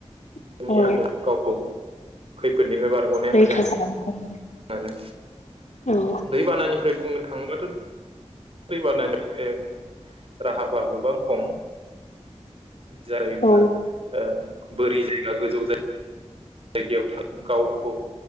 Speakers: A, on the left; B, on the right.
A: जोङो
B: नि आन्दो गावखौ खैफोदनिफ्राय बारग'नाया
A: रैखा
B: मोजां।
A: खालामनो
B: आरो
A: हायो।
B: दैबानानिफ्राय बुंनो थाङोबाथ' दैबानानि ओ राहाफ्रा गोबां खम जायोब्ला
A: औ
B: ओ बोरि जायगा गोजौ जाय गायाव थां गावखौ